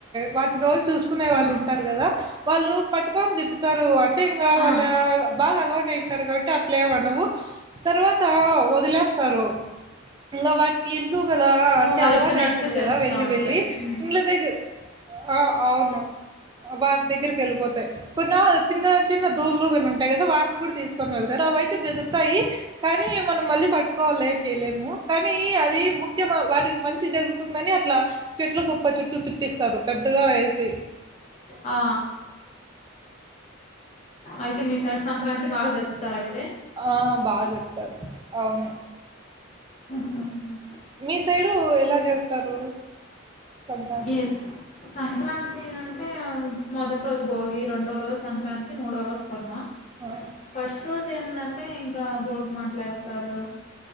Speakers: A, on the right; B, on the left.
A: వాటిని రోజు చూసుకునే
B: ఆ
A: వాళ్ళు ఉంటారు కదా వాళ్ళు పట్టుకొని తిప్పుతారు అంటే
B: ఆ,
A: వాళ్ళ బాగా అలవాట్ అయింటారు కాబట్టి అట్లెం అనవు తర్వాత వదిలేస్తారు ఇంకా వాటికి ఇల్లు గల
B: ఓ
A: అంటే
B: వాళ్ళు
A: అలవాటు
B: చెప్పినట్టు
A: అయింటుంది
B: చేస్తా
A: కదా వెళ్లి
B: ఉంటాయి
A: వెళ్ళి
B: ఉమ్,
A: ఇండ్ల దగ్గర ఆ అవును వాటి దగ్గరికి వెళ్ళిపోతాయి కొన్ని చిన్న చిన్న దూళ్లు గన ఉంటాయి కదా వాటిని కూడా తీసుకొని వెళ్తారు ఆవి అయితే బెదురుతాయి కానీ మనం మళ్ళీ పట్టుకోవాలి ఏం చేయలేము కానీ అది ముఖ్యమ వాటి మంచి జరుగుతుందని అట్లా చెట్ల కుప్ప చుట్టూ తిప్పిస్తారు పెద్దగా ఎసి
B: ఆ అయితే మీ సైడ్ సంక్రాంతి బాగా జరుపుతారు అయ్
A: ఆ బాగా జరుపుతారు అవును
B: మ్
A: మీ సైడు ఎలా జరుపుతారు సంక్రాంతి
B: ఏ సంక్రాంతి అంటే మొదటి రోజు భోగి రెండో రోజు సంక్రాంతి మూడో రోజు కనుమ
A: ఆ
B: ఫస్ట్ రోజు ఏమిందంటే ఇంకా భోగిమట్లులేస్తారు